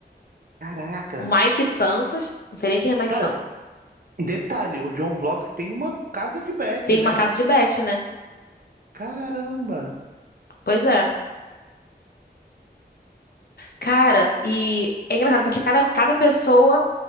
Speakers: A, on the right; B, on the left.
A: Caraca!
B: o Mike Santos, não sei nem quem é Mike
A: Cara,
B: Santos.
A: detalhe, o John Vlogs tem uma casa de bet,
B: Tem
A: né?
B: uma casa de bet, né?
A: Caramba!
B: Pois é. Cara, e é engraçado porque cada, cada pessoa